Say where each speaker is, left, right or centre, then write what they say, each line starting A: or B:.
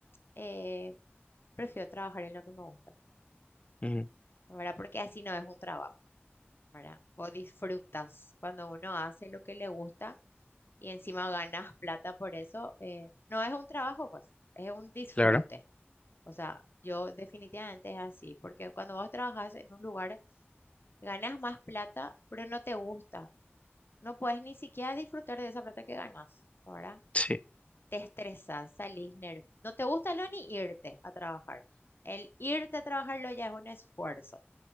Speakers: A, on the left; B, on the left.
A: eh, prefiero trabajar en lo que me gusta,
B: Ujú,
A: ¿verdad? Porque así no es un trabajo, ¿verdad? Vos disfrutas cuando uno hace lo que le gusta y encima ganas plata por eso. eh, no es un trabajo, pues, es un disfrute.
B: Claro,
A: O sea, yo definitivamente es así, porque cuando vos trabajas en un lugar, ganas más plata, pero no te gusta. No puedes ni siquiera disfrutar de esa plata que ganas, ¿verdad?
B: sí,
A: te estresas, salís nervioso. No te gusta lo ni irte a trabajar. El irte a trabajarlo ya es un esfuerzo,